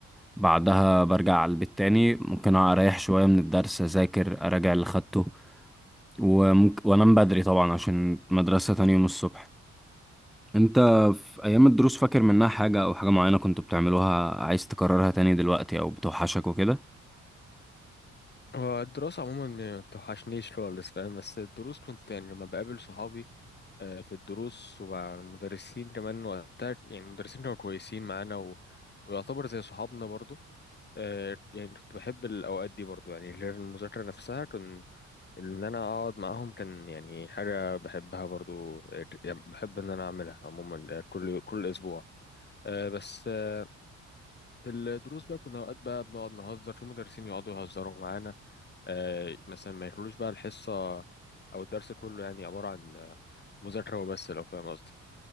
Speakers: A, in the centre; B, on the left.
A: بعدها برجع على البيت تاني ممكن اريح شوية من الدرس اذاكر اراجع اللي خدته وممكن وانام بدري طبعا عشان مدرسة تاني يوم الصبح انت في ايام الدروس فاكر منها حاجة او حاجة معينة كنت بتعملوها عايز تكررها تاني دلوقتي او بتوحشك وكده
B: هو الدراسة عموما ما بتوحشنيش خالص فاهم بس الدروس كنت يعني لما بقابل صحابي آه، في الدروس ومع المدرسين كمان وقتها يعني المدرسين كانوا كويسين معانا و... ويعتبر زي صحابنا برضو آه، يعني كنت بحب الأوقات دي برضو يعني غير المذاكرة نفسها كنت ان انا اقعد معاهم كان يعني حاجه بحبها برضو آه، يعني بحب ان انا اعملها عموما آه، كل كل اسبوع آه، بس آه، في الدروس بقى كنا اوقات بقى بنقعد نهزر في مدرسين يقعدوا يهزروا معانا آه، مثلا ما يخلوش بقى الحصه او الدرس كله يعني عباره عن آه، مذاكره وبس لو فاهم قصدي